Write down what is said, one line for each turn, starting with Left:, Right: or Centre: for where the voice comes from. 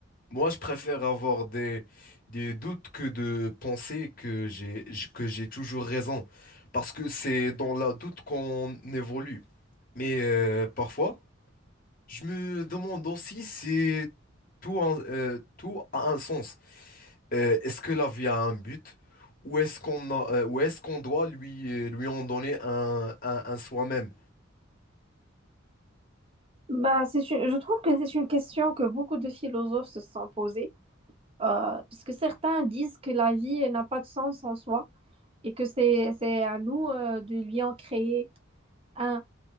Left: Moi, je préfère avoir des, des doutes que de penser que j'ai, j- que j'ai toujours raison. Parce que c'est dans la doute qu'on évolue. Mais euh, parfois, je me demande aussi si tout, a- euh, tout a un sens. Euh, est-ce que la vie a un but? Ou est-ce qu'on a, euh, ou est-ce qu'on doit lui, euh, lui en donner un, un, un soi-même?
Right: Bah, c'est une- je trouve que c'est une question que beaucoup de philosophes se sont posées, euh, parce que certains disent que la vie elle n'a pas de sens en soi et que c'est, c'est à nous euh, de lui en créer un.